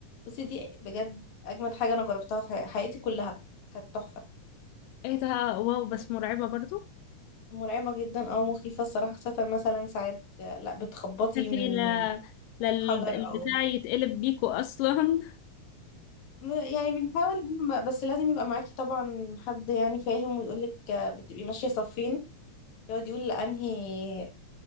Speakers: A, on the left (about 60°); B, on the left (about 80°).
A: بصي دي بجد أجمد حاجة أنا جربتها في حياتي كلها كانت تحفة
B: ايه ده واو بس مرعبه برضو
A: مرعبة جدا اه مخيفة الصراحة خاصة مثلا ساعات آه، لا بتخبطي من
B: في لا لا الب-
A: حجر
B: البتاع
A: أو
B: يتقلب بيكو اصلا <laughs>
A: يعني بنحاول إن ما- بس لازم يبقى معاكي طبعا حد يعني فاهم ويقولك آه، بتبقي ماشية صفين يقعد يقول لأنهي